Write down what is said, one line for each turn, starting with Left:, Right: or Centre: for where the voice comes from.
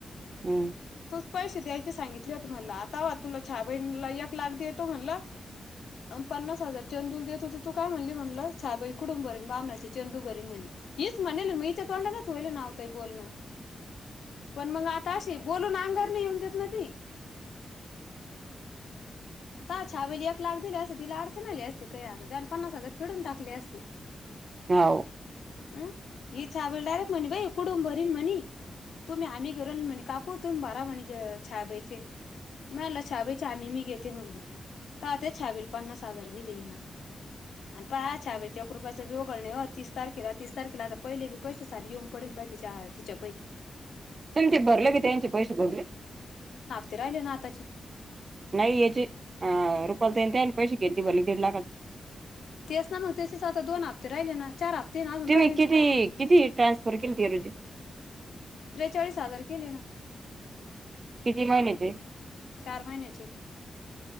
Right: हम्म.
Left: तूच पैसे द्यायचे सांगितले म्हला आता वा तुला छहा बहिणीला एक लाख देतो म्हणल. अ पन्नास हजार चंदूल देत होत तू काय म्हणली म्हटलं, छबाई कुडून भरीन बामणाची चंदू भरीन म्हणे येच म्हणेल मीच्या तोंडा नाचोयल नावतंय बोलण
Right: <inaudible>
Left: पण मग आता अशी बोलून अंगावर येऊन देत ना ती त छ वेली एक लाख दिली असं तिला अडचण आली असती. काही आता त्या पन्नास हजार फिडून टाकले असते.
Right: हो
Left: अह ह छवेल डारेक्ट मणी बाई कुडंबरन मनी म्हणी तुम्ही आम्ही गरल म्हणे काकू तुम्ही बराा म्हणे छायाबाईचे मला छाया बाईचा आम्ही मी घेत. म्हणलं ते छाबला पन्नास हजार दिली ही ना, आणि प छायाबाईचा एक रुपया वगळ नाही हो तीस तारखेला तीस तारखेला आता पहिलेी पैसे सार येऊन पडेल काहि तिच्या पायी
Right: त्यां ते भरले कि त्यांचे पैसे भरले.
Left: ते रायले ना आताचे
Right: नाही याचे अ रुपाल ताई आणि पैसे घेत भरले दीड लाखाचे
Left: तेच ना मग त्याचेच आता दोन हप्ते राहिले ना चार हप्ते ना अजून
Right: तुम्ही
Left: राहिल.
Right: किती किती ट्रान्सफर केली त रुजी
Left: त्रेचाळीस हजार केले ये ना
Right: किती महिन्याचे आहे.
Left: चार महिन्याचे